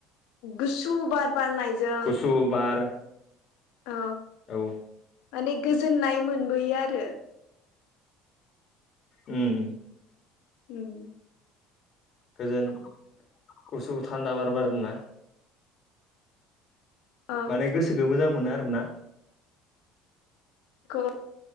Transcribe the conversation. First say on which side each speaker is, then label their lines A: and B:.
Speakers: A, on the left (about 70°); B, on the left (about 50°).
A: गुसु बार बारनायजों।
B: गुसु बार
A: औ
B: औ
A: माने गोजोननाय मोनबोयो आरो।
B: उम
A: उम
B: गोजोन गुसु थान्दा बार बारोना
A: औ
B: माने गोसोखो मोजां मोनो आरोना।
A: बेखौ